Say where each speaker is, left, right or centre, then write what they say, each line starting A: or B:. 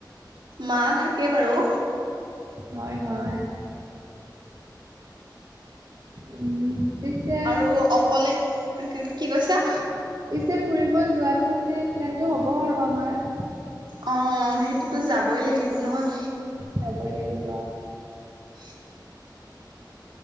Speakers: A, on the right; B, on the right.
A: মা থাকে বাৰু।
B: হয়, হয়। উম। পিছে
A: আৰু অকলে, কি কৈছা?
B: পিছে ফুৰিব যোৱাটো মানে প্লেনটো হ'ব আৰু আমাৰ।
A: অ, সেইটোতো যাবই লাগিব নহয়
B: যাবই লাগিব।
A: <inaudible>